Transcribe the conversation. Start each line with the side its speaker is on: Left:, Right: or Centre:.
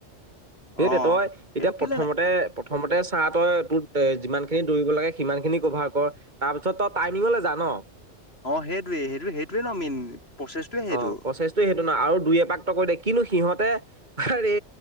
Left: অ
Right: সেইটো তই
Left: এইটো
Right: এতিয়া প্ৰথমতে
Left: কেলে নাই
Right: প্ৰথমতে চাহ তই তোৰ এ যিমান খিনি দৌৰিব লাগে সিমান খিনি কভাৰ কৰ তাৰ পিছত ত টাইমিঙলে জা ন
Left: অ সেইটোৱে সেইটোৱ সেইটোৱে মেইন প্ৰচেছটোৱে সেইটো।
Right: অ প্ৰচেছটো সেইটো নহয় আৰু দুই এপাক কৰি দিয় কিন্তু সিহঁতে আৰে